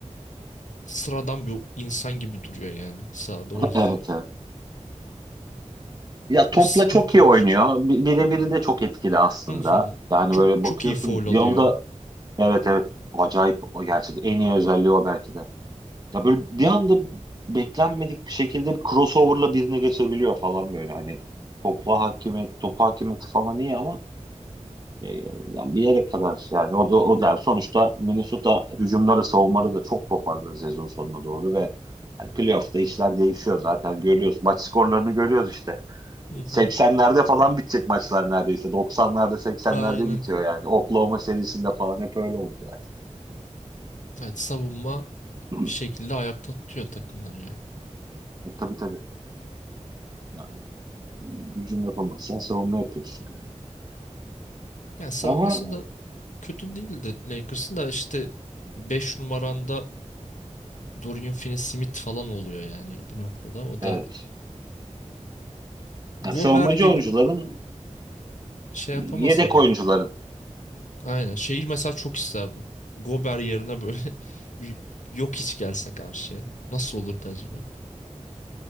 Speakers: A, on the left; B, on the right.
A: sıradan bir insan gibi duruyor yani sahada o
B: <laughs>
A: yüzden.
B: Evet, evet. Ya
A: O
B: topla
A: sıkıntı
B: çok iyi
A: olmuştur.
B: oynuyor. Bi- Birebiri de çok etkili aslında.
A: Hı hı.
B: Yani
A: Çok
B: böyle
A: çok
B: bakıyorsun
A: iyi faul
B: bir
A: alıyor.
B: anda evet evet acayip o gerçek en iyi özelliği o belki de. Ya böyle bir anda beklenmedik bir şekilde bir crossover'la birine geçebiliyor falan böyle hani topla hakimiyet, top hakimiyeti falan iyi ama e, yani bir yere kadar yani o da o da yani sonuçta Minnesota hücumları savunmaları da çok toparladı sezon sonuna doğru ve hani playoff'ta işler değişiyor zaten görüyoruz. Maç skorlarını görüyoruz işte.
A: Hı
B: 80'lerde
A: hı.
B: falan bitecek maçlar neredeyse. 90'larda 80'lerde
A: Aynen.
B: bitiyor yani. Oklahoma serisinde falan hep öyle oldu yani.
A: Evet savunma
B: <clears throat>
A: bir şekilde ayakta tutuyor takımları ya.
B: <laughs> e, tabii tabii. Yani, hücum yapamazsan savunma yapıyorsun. Yani.
A: Yani savunması
B: Ama
A: da kötü değildi Lakers'ın da işte 5 numaranda Dorian Finney-Smith falan oluyor yani bir noktada. O
B: evet.
A: da Gober
B: Yani savunmacı
A: gibi
B: oyuncuların
A: şey yapamasa
B: yedek
A: bile.
B: oyuncuların
A: Aynen. Şeyi mesela çok isterdim. Gober yerine böyle <laughs> bir yok hiç gelse karşıya. Nasıl olurdu acaba?